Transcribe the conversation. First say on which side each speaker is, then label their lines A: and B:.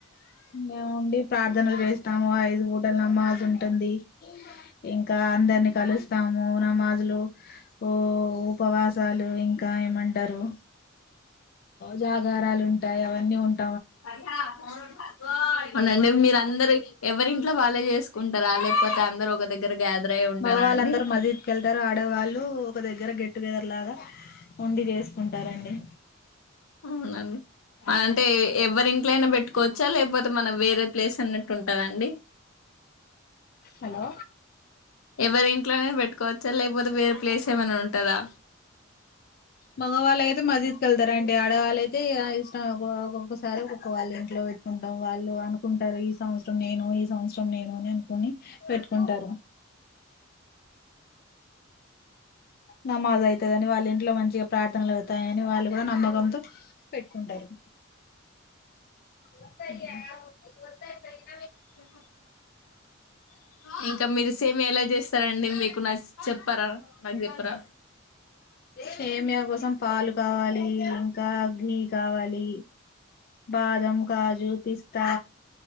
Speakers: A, on the left (about 45°); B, on the left (about 80°).
A: మేమండీ ప్రార్థనలు చేస్తాము. ఐదు పూటల నమాజు ఉంటుంది ఇంక్ ఇంకా అందరినీ కలుస్తాము నమాజులు ఓ ఉపవాసాలు ఇంకా ఏమంటారు జాగ్ గా రాలు ఉంటాయి అవన్నీ ఉంటాయి.
B: అత్తా కోడలు అవునండి మీరు అందరు ఎవరింట్లో వాళ్లే చేసుకుంటారా లేకపోతే అందరు ఒక దగ్గర గ్యాదర్ అయి ఉంటారా
A: మగవాళ్ళందరు
B: అండి
A: మజీద్ కెళ్తారు. ఆడేవాళ్ళు ఒక దగ్గర గెట్టుగెదర్ లాగా వుండి చేస్త కుంటారండి.
B: అవునండి. అంటే ఎవ్వరింట్లోయిన పెట్టుకోవచ్చా లేకపోతే మనం వేరే ప్లేస్ అన్నట్టు ఉంటద అండి.
A: హలో
B: ఎవ్వరింట్లోనే పెట్టు వచ్చా లేకపోతే వేరే ప్లేస్ ఏమైనా ఉంటందా
A: మగవాళ్ళు అయితే మసీద్ కి వెళ్తారండి ఆడవాళ్ళైతే ఇష్టం ఒక్కొక్కసారి ఒక్కొక్కవాళ్ళింట్లో పెట్ కుంటాం వాళ్ళు అనుకుంటారు ఈ సంవత్సరం నేను ఈ సంవత్సరం నేను అని అనుకుని పెట్టుకుంటారు నమాజ్ అయితదని వాళ్ళ ఇంట్లో మంచిగా ప్రార్థనలు అవుతాయని వాళ్ళు కూడా నమ్మకంతో పెట్టుకుంటారు ఒక్కటి కాదు ఇట్లయితే
B: చెప్ ఆ ఇంకా మీరు సేమ్ ఎలా చేస్తారండి మీకు నఅస్ చెప్పారా నాకు చెప్పరా
A: సేమియా కోసం పాలు కావాలి ఇంకా కావాలి బాదం కాజు పిస్తా